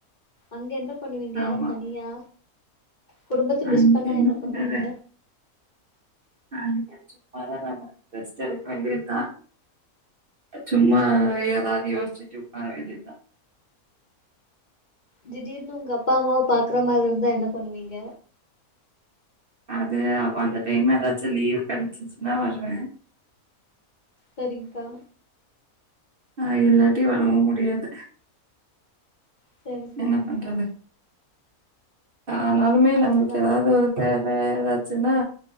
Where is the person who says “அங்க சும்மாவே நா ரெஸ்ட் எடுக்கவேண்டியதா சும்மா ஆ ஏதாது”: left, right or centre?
Right